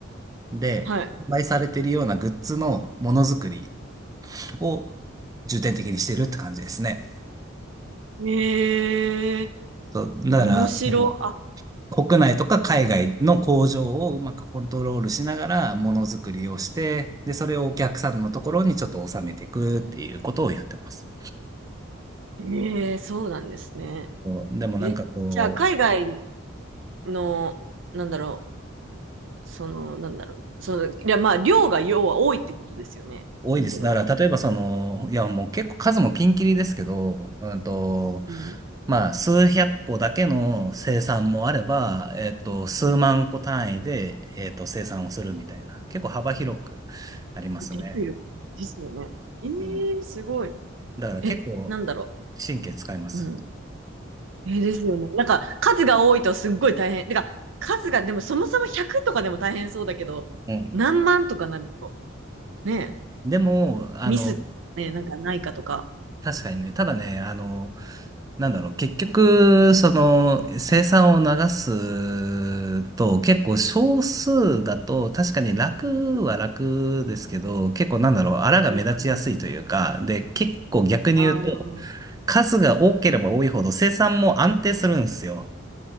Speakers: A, on the right; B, on the right.
A: で販売されているようなグッズのものづくり
B: は
A: を重点的にしてるって感じですね。
B: い。えー、
A: そう、だから、
B: 面白。
A: その
B: あ、
A: 国内とか海外の工場をうまくコントロールしながらものづくりをして、で、それをお客さんのところにちょっと収めていくっていうことをやってます。
B: えー、そうなんですね。
A: こうでもなんかこう、
B: え、じゃあ、海外の、なんだろう、その、なんだろう、その、いや、まあ、量が要は多いってことですよね。
A: 多いです。
B: なんていうのかな。
A: だから例えばその、いやもう結構数もピンキリですけど、うんと、
B: うん。
A: まあ数百個だけの生産もあれば、えっと、数万個単位で、えっと、生産をするみたいな、結構幅広くありますね。
B: ですよね。ですよね。え
A: うん。
B: ー、すごい。
A: だから結構
B: え、なんだろ
A: 神経使います。
B: う。うん。え、ですよね。なんか、数が多いとすっごい大変。てか、数が、でもそもそも100とかでも大変そうだけど、
A: うん。
B: 何万とかなると、ね
A: でも、あの、
B: え、ミス、ね、なんかないかとか。
A: 確かにね、ただね、あの、なんだろう、結局、その、生産を流すと、結構少数だと、確かに楽は楽ですけど、結構なんだろう、あらが目立ちやすいというか、
B: うんうん
A: で、結構逆に言うと、
B: ああ、うん
A: 数が多ければ多いほど生産も安定するんですよ。